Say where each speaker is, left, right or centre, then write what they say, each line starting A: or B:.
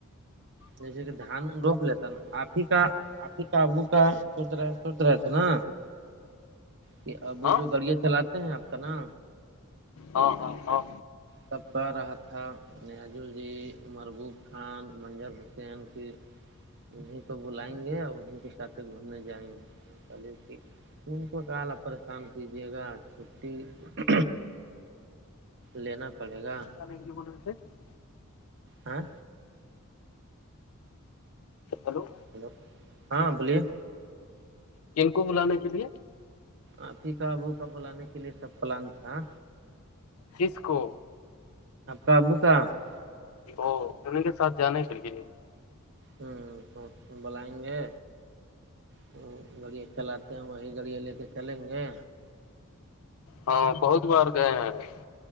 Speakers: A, on the right; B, on the left.
A: جیسے کہ دھان روپ لیتا نا آفی کا آفی کا ابو کا سو رہا سوچ رہے تھے نا کہ ابو
B: ہاں
A: جو گاڑیاں چلاتے ہیں آپ کا نا
B: ہاں ہاں ہاں
A: کبتا رہا تھا <unintelligible> نزل جی مربوب خان منجر حسین کی انیں کو بلائیں گے اور انہیں کے ساتھ گھومنے جائیں گے <unintelligible> چلے ت ت کو کال پریشان کیجیے گا چھٹی <unintelligible> لینا پڑے گا
B: ب ب سے <unintelligible>
A: ہاں
B: ہلو
A: ہیلو ہاں بولیے
B: کن کو بلانے کے لیے
A: آپ کاابو کا بلانے کے لیے سب پلان تھا
B: کس کو
A: آ ابو کا <unintelligible>
B: ا دیں کے ساتھ جانے کے لیے <unintelligible>
A: ہوں تو بلائیں گے تو گاڑیاں چلاتے ہیں وہی گاڑیاں لے کے چلیں گے
B: ہاں بہت بار گ <unintelligible>